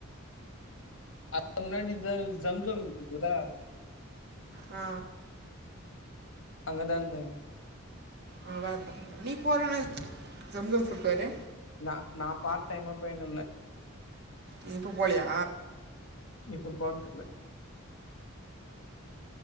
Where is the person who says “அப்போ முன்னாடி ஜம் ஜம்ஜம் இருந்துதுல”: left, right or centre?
Left